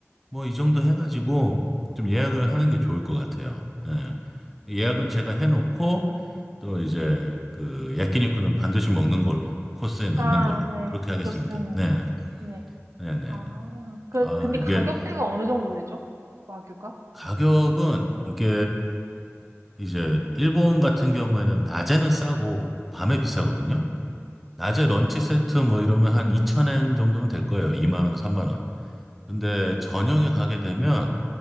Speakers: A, in the centre; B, on the right.
A: 뭐 이 정도 해가지고, 좀 예약을 하는 게 좋을 것 같아요. 예. 예약은 제가 해놓고, 또 이제 그 야끼니쿠는 반드시 먹는 걸로 코스에 넣는
B: 아,
A: 걸로
B: 네.
A: 그렇게 하겠습니다.
B: 좋습니다.
A: 네,
B: 네.
A: 네, 네.
B: 아,
A: 네.
B: 그,
A: 아
B: 근데
A: 이게
B: 가격대가 어느 정도 되죠? 와규가?
A: 가격은 이게 이제 일본 같은 경우에는 낮에는 싸고 밤에 비싸거든요. 낮에 런치
B: 네.
A: 세트 뭐 이러면 한2천엔 정도면 될 거예요. 2만 원, 3만 원. 근데 저녁에 가게 되면